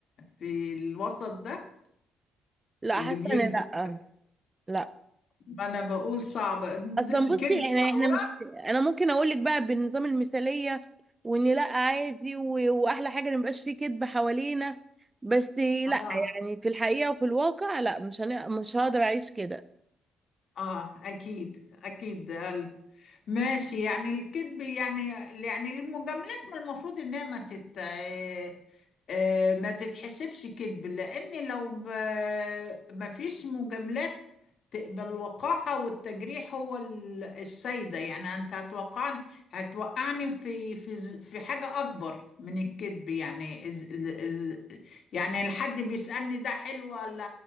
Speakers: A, on the left; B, on the right.
A: في الوسط ده
B: لا
A: اللي
B: حاسه
A: بيكذب
B: ان لا لا
A: ما انا بقول صعبة د-
B: اصلا بصي
A: كدب
B: احنا احنا
A: ضرورة
B: مش انا ممكن اقول لك بقى بالنظام المثاليه وان لا عادي و... واحلى حاجه ان مبقاش فيه كذب حوالينا بس لا
A: اه
B: يعني في الحقيقه وفي الواقع لا مش هن... مش هقدر اعيش كده
A: اه اكيد اكيد ال- ماشي يعني الكذب يعني يعني المجاملات ما المفروض انها ما تت آه، آه، ما تتحسبش كذب لان لو ب- ما فيش مجاملات تقبل الوقاحة والتجريح هو ال- السيدة يعني انت هتوقعني هتوقعني في في ز- في حاجة اكبر من الكذب يعني إز- ال- ال- يعني الحد بيسألني ده حلو ولا